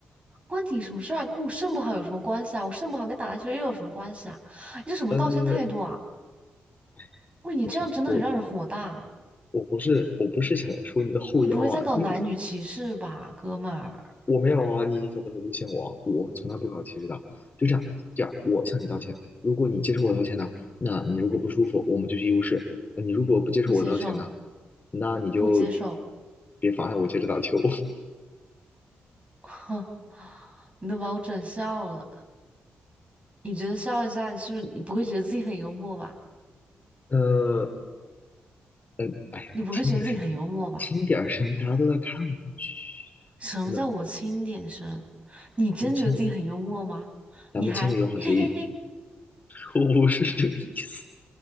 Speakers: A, on the right; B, on the left.
A: 关你什么事啊？跟我肾不好有什么关系啊？我肾不好跟打篮球又有什么关系啊？你这什么道歉态度啊？
B: 呃，哎，
A: 喂，你这样真的很让人火大啊，
B: 同学，我我不是我不是想说你的后腰啊，
A: 你不会在搞男女歧视吧，
B: 你
A: 哥们儿？
B: 我没有啊，你可不能诬陷我，我从来不搞歧视的。就这样，这样，我向你道歉。如果你接受我道歉呢，那你如果不舒服，我们就去医务室。呃你如果不接受我道歉呢，
A: 不接受，
B: 那你就
A: 不接受。
B: 别妨碍我接着打球。
A: 哼，你都把我整笑了。你觉得笑一下，你是不是你不会觉得自己很幽默吧？
B: <laughs> 呃，嗯，哎呀，
A: 你不会觉得自己很幽默吧？
B: 你轻点声，轻点声，大家都在看我们。嘘，
A: 什么叫我轻点声？
B: 咱们
A: 你真觉得自己很幽默吗？
B: 咱们签了，咱们签个友好协议。
A: 你还嘿嘿嘿？
B: <laughs> 我不是这个意思，